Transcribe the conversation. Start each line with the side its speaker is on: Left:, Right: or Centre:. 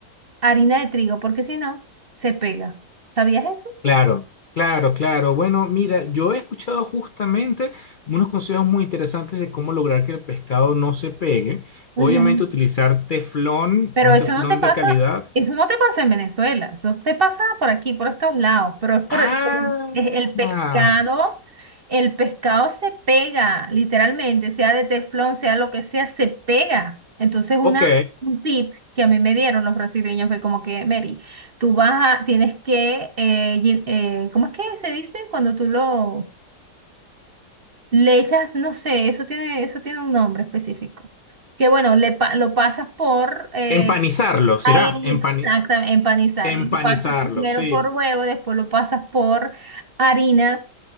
Right: harina de trigo porque si no, se pega. ¿Sabías eso?
Left: Claro, claro, claro. Bueno, mira, yo he escuchado justamente unos consejos muy interesantes de cómo lograr que el pescado no se pegue. Obviamente
Right: Ujú.
Left: utilizar teflón,
Right: Pero
Left: un
Right: eso
Left: teflón
Right: no te pasa,
Left: de calidad.
Right: eso no te pasa en Venezuela, eso te pasa por aquí, por estos lados, pero es por
Left: Ah,
Right: es el el pescado, el pescado se pega, literalmente, sea de teflón, sea lo que sea, se pega. Entonces una,
Left: ok.
Right: un tip que a mí me dieron los brasileños fue como que, Mary, tú vas a, tienes que, eh, llen- eh, ¿cómo es que se dice? Cuando tú lo, le echas, no sé, eso tiene, eso tiene un nombre específico que bueno, le pa- lo pasas por, eh,
Left: Empanizarlo, ¿será?
Right: Exacto,
Left: Empani-
Right: empanizarlo.
Left: empanizarlo,
Right: Lo Pasas primero
Left: sí.
Right: por huevo, después lo pasas por harina